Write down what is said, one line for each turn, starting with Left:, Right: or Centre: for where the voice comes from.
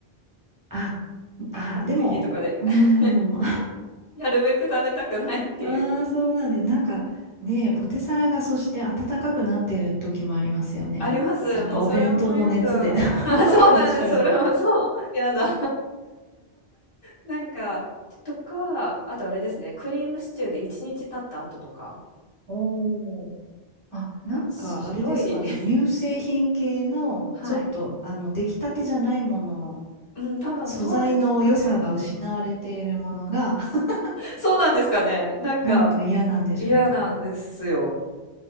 Right: あ、あ、
Left: コンビニとかで。
Right: でも、うん。
Left: <laughs>
Right: <laughs> あ
Left: なるべく食べたくないっていう。
Right: あ、そうなんで、なんかね、
Left: うん
Right: ポテサラがそして暖かくなってる時もありますよね。
Left: あります。
Right: なんかお弁当の熱で
Left: もうそれもやだ。あ、<laughs>
Right: <laughs>
Left: そうなんです。
Right: 気持ち悪い。
Left: それもそう。やだ。なんか、とか、あとあれですね、クリームシチューで1日経った後とか、
Right: おーあ、
Left: なんか白い
Right: なんかあれですかね、
Left: <laughs>
Right: 乳製品系のちょっとあの出来たてじゃないもの
Left: はい。うん、多分そうですかね。
Right: 素材の良さが失われているものが、<laughs>
Left: そうなんですかね。なんか
Right: なんか嫌なんでしょうか。
Left: 嫌なんですよ。